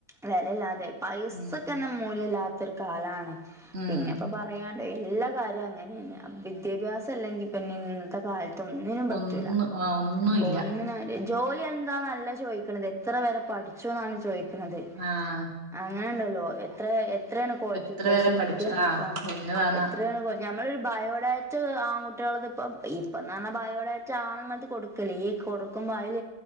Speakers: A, in the centre; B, on the right.
A: വെലല്ലാതായി പൈസക്കെന്നെ
B: ഉം
A: മൂല്യല്ലാത്തൊര് കാലാണ്.
B: ഉം
A: പിന്നപ്പോപറയാ എല്ലാ കാര്യവും അങ്ങനെ തന്നെയ വിദ്യാഭ്യാസം അല്ലെങ്കിൽ പിന്നെ ഇന്നത്തെ കാലത്ത് തൊന്നിനും പറ്റൂല
B: ഒന്നും ആഹ് ഒന്നുമില്ല
A: ഒന്നിനൊര് ജോലി എന്താന്നല്ല ചോദിക്കണത് എത്ര വരെ പഠിച്ചു എന്നാണ് ചോദിക്കുന്നത്
B: ആഹ്
A: <unintelligible> അങ്ങനെ ഉണ്ടല്ലോ എത്ര <unintelligible> എത്രാണ് ക്വാളിഫിക്കേഷൻ
B: എത്ര പേരെ പഠിച്ചു
A: എവിടെയ
B: ആഹ് എന്നതാന്ന്
A: എത്രയാണ് നമ്മളരു ബയോഡാറ്റ് ആൺകുട്ടികൾത് ഇപ്പ ഇപ്പ എന്ന് പറഞ്ഞാൽ ബയോഡാറ്റ് ആണുങ്ങൾ കൊടുക്ക ലീ കൊടുക്കുമ്പോ അയ്ൽ